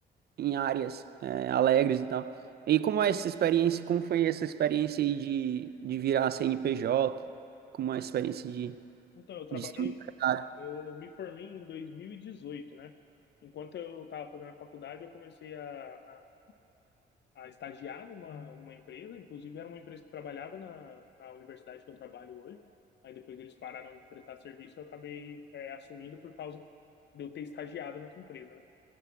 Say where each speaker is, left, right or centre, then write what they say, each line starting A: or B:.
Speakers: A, on the right (about 55°); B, on the left (about 60°).
A: em áreas é, alegres e tal. E como é essa experiência, como foi essa experiência aí de, de virar CNPJ, como é a experiência de,
B: Então, eu trabalhei,
A: de ser um empresário?
B: eu me formei em 2018, né? Enquanto eu estava fazendo a faculdade, eu comecei a, a estagiar numa, numa empresa, inclusive era uma empresa que trabalhava na, na universidade que eu trabalho hoje. Aí depois eles pararam de prestar serviço, eu acabei é, assumindo por causa de eu ter estagiado nessa empresa, né?